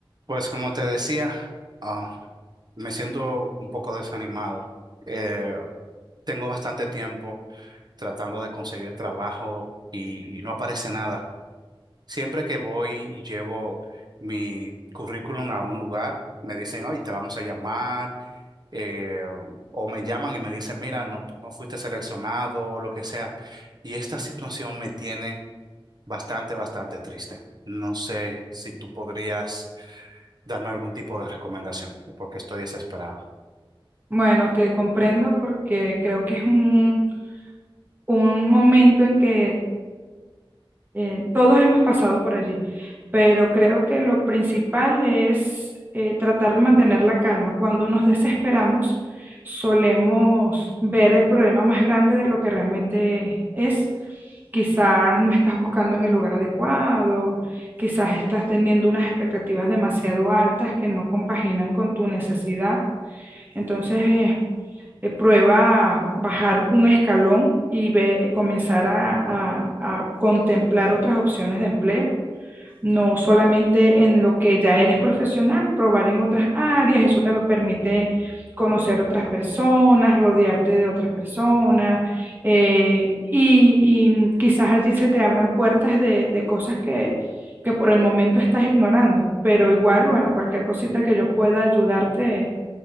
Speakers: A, on the right; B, on the right.
A: Pues como te decía, ah, me siento un poco desanimado. Eh, tengo bastante tiempo tratando de conseguir trabajo y, y no aparece nada. Siempre que voy y llevo mi currículum a un lugar, me dicen, oye, te vamos a llamar, eh, o me llaman y me dicen, mira, no, no fuiste seleccionado o lo que sea. Y esta situación me tiene bastante, bastante triste. No sé si tú podrías darme algún tipo de recomendación, porque estoy desesperado.
B: Bueno, te comprendo porque creo que es un, un momento en que eh, todos hemos pasado por allí, pero creo que lo principal es eh, tratar de mantener la calma. Cuando nos desesperamos, solemos ver el problema más grande de lo que realmente es. Quizás no estás buscando en el lugar adecuado, quizás estás teniendo unas expectativas demasiado altas que no compaginan con tu necesidad. Entonces, eh, prueba bajar un escalón y ve- eh, comenzar a, a- a contemplar otras opciones de empleo. No solamente en lo que ya eres profesional, probar en otras áreas, eso te permite conocer otras personas, rodearte de otras personas, eh, y, y mm, quizás allí se te abran puertas de, de cosas que, que por el momento estás ignorando, pero igual, bueno, cualquier cosita que yo pueda ayudarte,